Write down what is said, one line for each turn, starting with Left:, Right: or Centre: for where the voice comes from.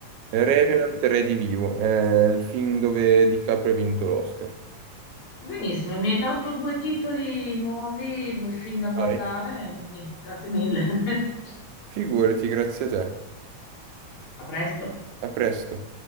Right: Revenant
Left: ok.
Right: Redivivo, è il film dove DiCaprio ha vinto l'Oscar.
Left: Benissimo, mi hai dato due titoli nuovi, due film da guardare,
Right: Vai.
Left: quindi grazie mille. <laughs>
Right: Figurati, grazie a te.
Left: A presto.
Right: A presto.